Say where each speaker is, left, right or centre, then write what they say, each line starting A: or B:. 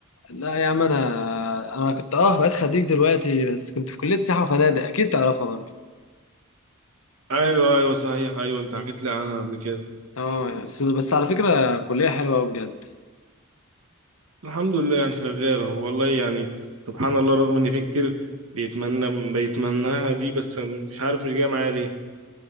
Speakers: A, on the left (about 75°); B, on the right (about 80°).
A: لا يا عم انا انا كنت اه بقيت خريج دلوقتي بس كنت في كلية سياحة وفنادق اكيد تعرفها برضو
B: ايوه ايوه صحيح ايوه انت حكيت لي عنها قبل كده
A: اه بس بس على فكرة كلية حلوة أوي بجد
B: الحمد لله يعني شغالة والله يعني سبحان الله رغم إن في كتير بيتمنى بيتمناها دي بس مش عارف مش جاية معايا ليه